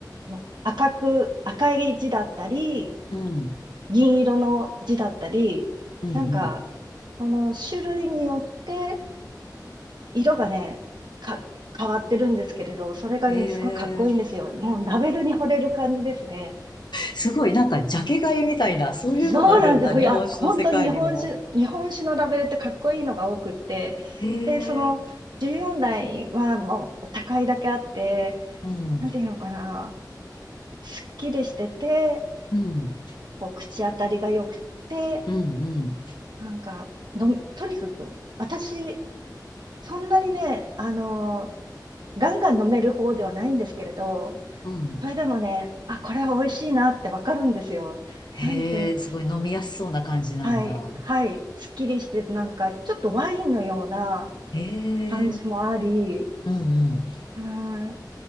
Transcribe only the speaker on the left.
うん、
うん。
へ
え。
すごい、なんかジャケ買いみたいな、そういうのがあるんだ、
日本酒の世界にも。
へ
え。うん、
うん。
うんうん。
うん。
へえ、
すごい飲みやすそうな感じなんだ。
へえ、
うんうん。